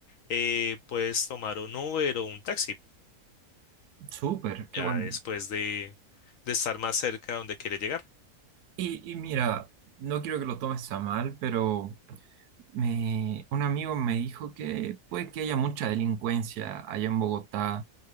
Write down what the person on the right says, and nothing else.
Súper, qué
bueno.
Y, y mira, no quiero que lo tomes a mal, pero me, un amigo me dijo que puede que haya mucha delincuencia allá en Bogotá.